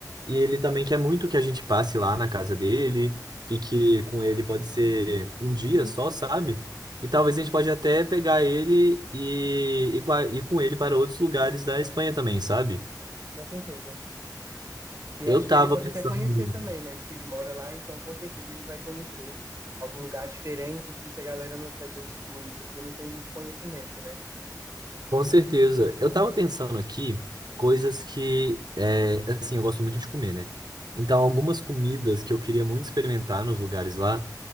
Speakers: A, on the right; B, on the right.
A: E ele também quer muito que a gente passe lá na casa dele, fique com ele, pode ser um dia só, sabe? E talvez a gente pode até pegar ele e e com a- ir com ele para outros lugares da Espanha também, sabe?
B: Com certeza. Que eu
A: Eu
B: acho
A: tava
B: que ele pode
A: pensando.
B: até conhecer também, né? Que ele mora lá, então com certeza ele vai conhecer algum lugar diferente, assim, que a galera, não, que a gente turista, assim, não tem muito conhecimento, né?
A: Com certeza. Eu tava pensando aqui coisas que, é, assim, eu gosto muito de comer, né? Então, algumas comidas que eu queria muito experimentar nos lugares lá.